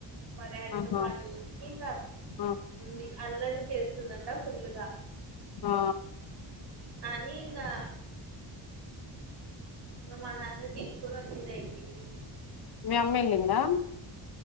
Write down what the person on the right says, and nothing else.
మా డాడీతో
పాటు వచ్చి ఇంగా
ఉంది అల్లరి చేస్తుందంట ఫుల్లుగా
అని ఇంగా ఇంగ మా నాన్న తీసుకొని వచ్చేసా ఇంటికి